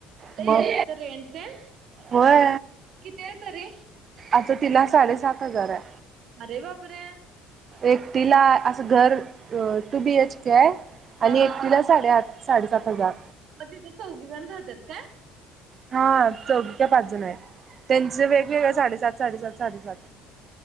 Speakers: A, on the right; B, on the right.
A: लई
B: मग
A: आहे तिथं रेंट तेन
B: होय.
A: किती आहे तरी
B: आता तिला साडेसात हजार आहे.
A: अरे बापरे.
B: एकटीला असं घर टू बी एचके आहे आणि
A: हा
B: एकटीला.
A: हा
B: साडेआठ साडेसात हजार.
A: मग तिथे चौघी जण राहतात काय?
B: हा चौघी काय पाच जण आहेत त्यांच वेगवेगळ साडेसात साडेसात साडेसात.